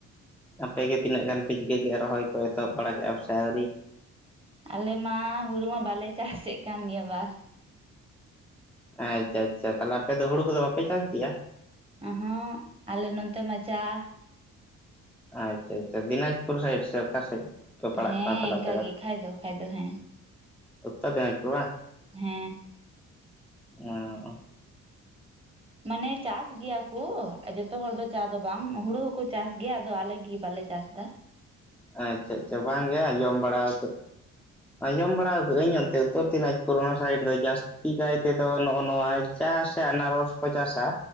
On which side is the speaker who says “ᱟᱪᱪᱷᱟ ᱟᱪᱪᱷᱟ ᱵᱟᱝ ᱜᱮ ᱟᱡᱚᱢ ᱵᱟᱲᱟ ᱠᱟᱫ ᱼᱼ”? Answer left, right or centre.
Centre